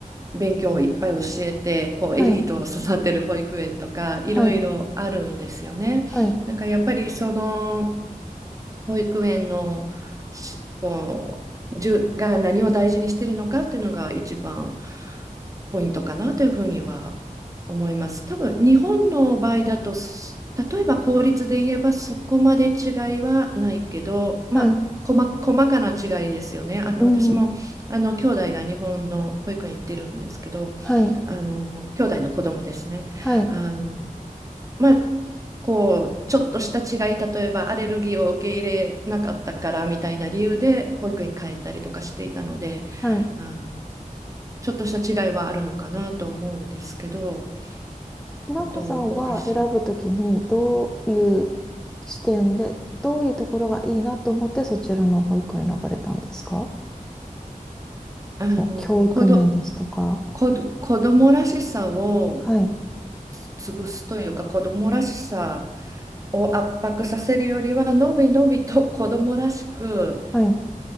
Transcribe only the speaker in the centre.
はい、はい、はい。
はい
うんはい、
はい、
はい。
なおこさんは選ぶときに、
どういう視点で、どういうところがいいなと思って、そちらの保育を選ばれたんですか
その教育面ですとか。
はい、
はい、